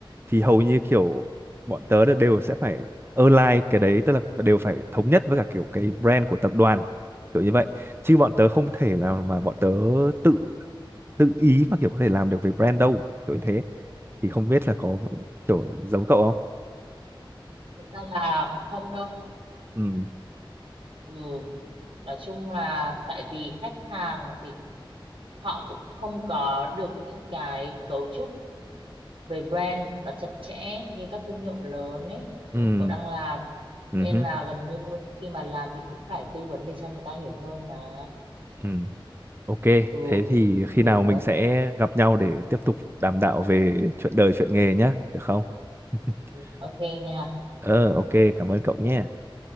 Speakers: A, on the right; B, on the right.
A: thì hầu như kiểu bọn tớ đều sẽ phải align cái đấy tức là đều phải thống nhất với cả kiểu cái brand của tập đoàn kiểu như vậy. Chứ bọn tớ không thể nào mà bọn tớ tự tự ý mà kiểu có thể làm được về brand đâu. Kiểu như thế thì không biết là có kiểu giống cậu không?
B: thực ra là không đâu
A: Ừ.
B: ừ nói chung là tại vì khách hàng thì họ cũng không có được những cái cấu trúc về brand nó chặt chẽ như các thương hiệu lớn ấy của
A: Ừ.
B: cậu đang làm
A: Ừ.
B: nên là gần như khi mà làm thì cũng phải tư vấn để cho người ta hiểu hơn mà
A: Ừ. Ok,
B: ừ
A: thế thì khi
B: ừ
A: nào
B: đấy
A: mình sẽ gặp nhau để tiếp tục đàm đạo về chuyện đời, chuyện nghề nhá, được không? <laughs>
B: ừ. ok nha
A: Ờ, ok, cảm ơn cậu nhé.